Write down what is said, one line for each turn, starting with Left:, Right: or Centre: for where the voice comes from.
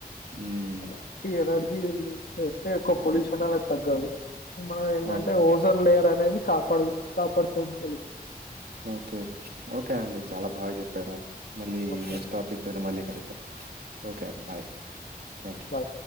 Right: మ్మ్
Left: అలా ఇ ఎనర్జీ చూస్తే అయితే ఎక్కువ పొల్యూషన్ అనేది తగ్గది, మనం ఏందంటే
Right: ఓకే
Left: ఓజన్ లేయర్ అనేది కాప్ పడు కాపాడుతు కలం
Right: ఓకే ఓకే అండి చాలా బాగా చెప్పారు మళ్ళీ
Left: ఓకే
Right: నెక్స్ట్
Left: అండి
Right: టాపిక్ తోనీ మళ్ళీ కలుద్దాం ఓకే అండి బాయ్ థ్యాంక్ యూ
Left: బాయ్